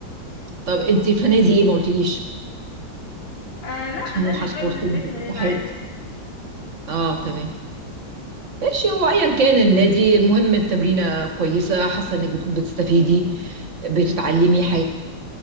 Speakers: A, on the right (about 45°); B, on the left (about 75°).
A: طب انت في نادي ايه ما قلتليش
B: آه لا
A: سموحة
B: النادي قريب
A: سبورت
B: من بيتنا
A: اتحاد
B: هنا عادي
A: اه تمام ماشي هو ايا كان النادي المهم التمرينة كويسة حاسة انك بت- بتستفيدي بتتعلمي حاجة